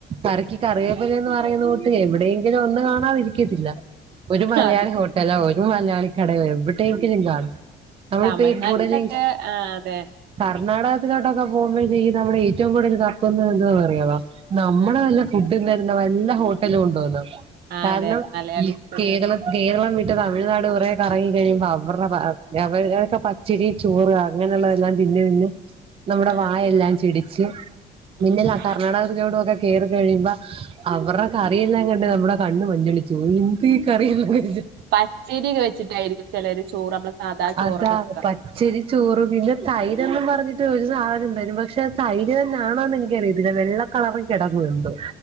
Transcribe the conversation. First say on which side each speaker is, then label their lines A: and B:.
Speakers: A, on the right; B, on the right.
A: കറിക്ക് കറിവേപ്പലി എന്ന് പറയുന്ന കൂട്ട് എവിടെയെങ്കിലും ഒന്ന് കാണാതിരിക്കത്തില്ല ഒരു മലയാളി
B: അത്
A: ഹോട്ടലോ ഒരു മലയാളി കടയോ എവിടെയെങ്കിലും കാണും നമ്മളിപ്പോ
B: തമിഴ്നാട്ടിലൊക്കെ
A: കൂടെന്
B: ആഹ് അതെ
A: കർണാടകത്തിലോട്ടൊക്കെ പോകുമ്പോഴത്തേക്കും നമ്മുടെ ഏറ്റവും കൂടുതൽ തപ്പുന്നേ എന്തുവാന്ന് അറയാവോ നമ്മള്
B: ആഹ്
A: നല്ല ഫുഡും തരുന്ന വല്ല ഹോട്ടലും ഉണ്ടോന്ന്
B: അതെ
A: കാരണം
B: അതെ മലയാളീസ്
A: ഈ കേരളത്തി കേരളം വിട്ട് തമിഴ്നാട് കുറെ കറങ്ങി കഴിയുമ്പോ അവരുടെ അവരൊക്കെ പച്ചരി ചോറ് അങ്ങനുള്ളതെല്ലാം തിന്ന് തിന്ന് നമ്മുടെ
B: ആഹ്
A: വായെല്ലാം ചെടിച്ച് പിന്നല്ലോ
B: ഉം ഉം
A: കർണ്ണാടകത്തിലോട്ടെക്കെ കേറി കഴിയുമ്പോ അവരടെ കറിയെല്ലാം കണ്ട് നമ്മടെ കണ്ണ് മഞ്ഞളിച്ചു പോകും എന്ത് ഈ കറിയെന്ന് വെച്ച്
B: പച്ചേരിയെക്കെ വെച്ചിട്ടായിരിക്കും ചിലരു ചോറ് നമ്മള് സാധാ ചോറൊക്കെ
A: അതാ
B: വെക്കുക
A: പച്ചരി ചോറ് പിന്നെ തൈരന്നും പറഞ്ഞിട്ടും ഒരു സാധനം തരും പക്ഷെ തൈര് തന്നെയാണോന്ന് എനിക്കറിയത്തില്ല വെള്ള കളറിൽ കിടക്കും എന്തോ